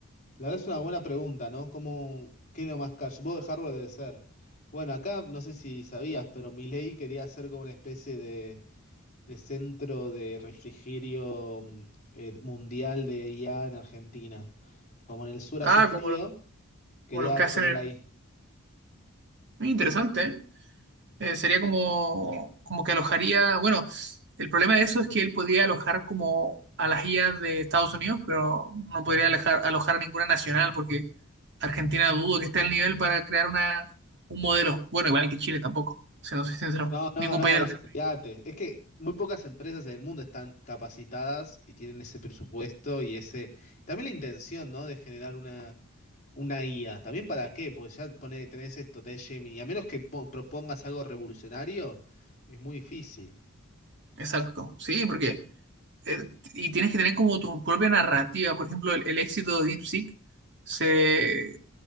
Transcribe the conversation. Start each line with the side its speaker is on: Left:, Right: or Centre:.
Left: La verdad es una buena pregunta, ¿no? ¿Cómo, qué es lo más caro? Supongo que hardware debe ser. Bueno, acá no sé si sabías, pero mi ley quería hacer como una especie de de centro de refrigerio mm, eh, mundial de IA en Argentina. Como en el sur hace
Right: Ah,
Left: frío,
Right: como, lo-
Left: quería
Right: como los que hacen.
Left: poner
Right: en-
Left: ahí.
Right: Muy interesante, ¿eh? Eh, sería
Left: Sí.
Right: como, como que alojaría. Bueno, el problema de eso es que él podría alojar como a las IAs de Estados Unidos, pero no podría alojar, alojar a ninguna nacional, porque Argentina dudo que esté al nivel para crear una, un modelo. Bueno, igual que Chile tampoco, siendo sincero.
Left: No, no,
Right: Ningún
Left: no,
Right: país
Left: es,
Right: del.
Left: olvídate. Es que muy pocas empresas en el mundo están capacitadas y tienen ese presupuesto y ese. También la intención, ¿no? De generar una, una IA. ¿También para qué? Porque ya pone, tenés esto, tenés Gemini. Y A menos que po- propongas algo revolucionario, es muy difícil.
Right: Exacto. Sí, porque eh, y tienes que tener como tu propia narrativa. Por ejemplo, el, el éxito de DeepSeek se,